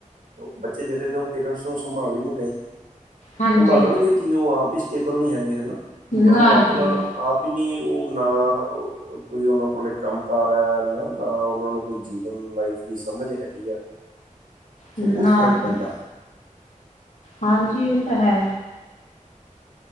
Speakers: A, on the right; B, on the left.
A: ਉਹ ਬੱਚੇ ਜਿਹੜੇ ਨੇ ਉਹ ਪੇਰੈਂਟਸ ਨੂੰ ਸੰਭਾਲ ਹੀ ਨੀ ਰਹੇ।
B: ਹਾਂਜੀ
A: ਸੰਭਾਲਣਗੇ ਕੀ ਉਹ ਆਪ ਹੀ ਸਟੇਬਲ ਨਹੀਂ ਹੈਗੇ ਹਨਾ, ਉਹਨਾਂ
B: ਨਾ
A: ਨੂੰ ਆਪਣਾ
B: ਜੀ
A: ਆਪ ਨੀ ਉ ਨਾ ਓ ਨਾ ਕੋਈ ਉਨਾਂ ਕੋਲ ਕੰਮ ਕਾਰ ਐ ਨਾ ਉਨਾਂ ਨੂੰ ਕੋਈ ਜੀਵਨ ਲਾਈਫ ਦੀ ਸਮਝ ਹੈਗੀ ਐ। ਸੋ
B: ਨਾ
A: ਬੋਤ ਫ਼ਰਕ
B: ਜੀ
A: ਪੈੰਦੈ।
B: ਹਾਂਜੀ ਏ ਤਾਂ ਹੈ।